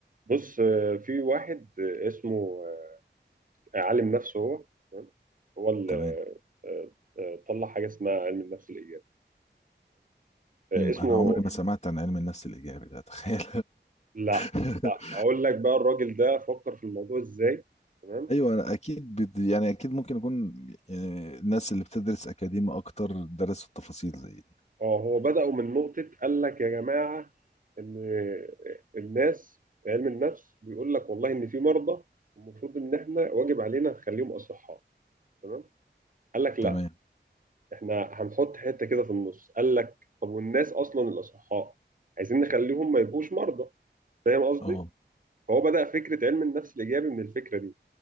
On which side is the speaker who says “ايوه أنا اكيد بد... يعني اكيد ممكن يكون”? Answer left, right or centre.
Left